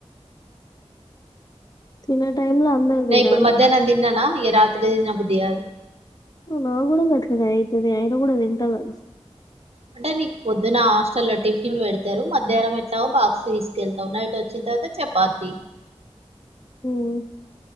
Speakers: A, on the left; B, on the right.
A: తిన టైం లో అందరు తినాలె
B: నే ఇప్పుడు మధ్యాహ్నం తిన్నానా ఇగ రాత్రి దిన బుద్ది గాదు
A: నా గుడా గట్లనే ఐతది ఆయిన కూడా తింట గదా
B: అంటే నీకు పొద్దున్న హాస్టల్లో టిఫినులు పెడతారు మధ్యాహ్నం తావ్ బాక్స్ తీసుకెళ్తావు. నైట్ వచ్చిన తర్వాత చపాతి
A: హ్మ్